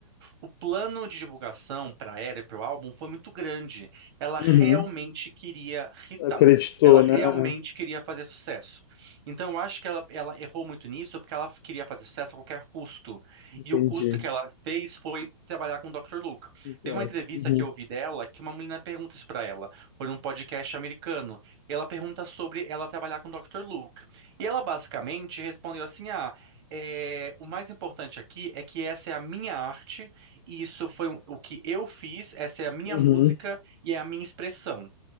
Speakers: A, on the right; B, on the left.
A: O plano de divulgação para ela e para o álbum foi muito grande. Ela
B: Uhum.
A: realmente queria hitar.
B: Acreditou,
A: Ela realmente
B: né? Aham.
A: queria fazer sucesso. Então, eu acho que ela, ela errou muito nisso porque ela queria fazer sucesso a qualquer custo.
B: Entendi.
A: E o custo que ela fez foi trabalhar com o Dr. Luke.
B: Exato.
A: Teve uma entrevista
B: Uhum.
A: que eu ouvi dela que uma menina pergunta isso pra ela. Foi num podcast americano. E ela pergunta sobre ela trabalhar com o Dr. Luke. E ela basicamente respondeu assim: Ah, é, o mais importante aqui é que essa é a minha arte, e isso foi o o que eu fiz, essa é a minha
B: Uhum.
A: música e é a minha expressão.